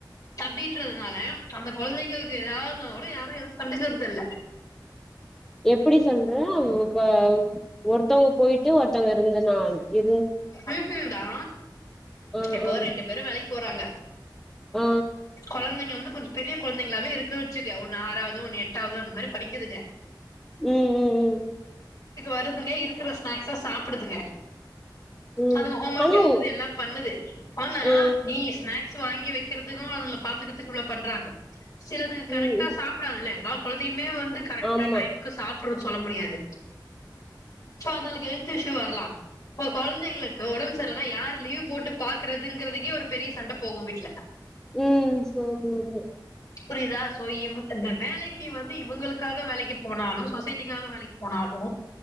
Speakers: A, on the left; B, in the centre.
A: அப்டின்றதுனால அந்த கொழந்தைங்ளுக்கு எதாவ்துனா கூட யாரு எதுவு கண்டுக்குறதில்ல
B: எப்புடி சொல்றே <unintelligible> ஒருத்தவ்ங்க போயிட்டு ஒருத்தங்க இருந்த நாள் இ
A: ம்ஹும் டா
B: ஆ
A: இப்ப
B: ஆ
A: ரெண்டு பேரு வேலை போறாங்க
B: ஆ
A: கொழந்தைங்க வந்து கொஞ்ச பெரிய கொழந்தைங்ளாவே இருக்கு வச்சுக்க ஒன்னு ஆறாவுது ஒன்னு எட்டாவுத அந்த மாரி படிக்குதுக
B: ம் ம் ம்
A: வருதுங்க இருக்குற ஸ்நாக்ஸ சாப்புடுதுங்க
B: ம்
A: அது ஹோம் ஒர்க்
B: ஆனா
A: எழுதுது எல்லா பண்ணுது ஆனா
B: ஆ
A: நீ ஸ்நாக்ஸ் வாங்கி வக் கிறத்துக்கு வரல பாத்துக்கத்துக்கு இவ்ள பண்றாங்க சிலது கரெக்டா
B: ம்
A: சாப்டாதுல்ல எதா கொழந்தய மே வந்து கரெக்டா
B: ஆமா
A: டைமுக்கு சாப்புற சொல்ல முடியாது சோ அதுங்களுக்கு ஹெல்த் இஷ்யூ வரலா இப்ப கொழந்தைங்ளுக்கு ஒடம்பு சர்லனா யார் லீவ் போட்டு பாக்குறதுங்கிறதுக்கே ஒரு பெரிய சண்ட போகு வீட்ல
B: ம் சேரிங்க
A: புரியிதா சோ இவ இந்த வேலைக்கு வந்து இவுங்களுக்காக வேலைக்கு போனாலு சொசைட்டிக்காக வேலைக்கு போனாலு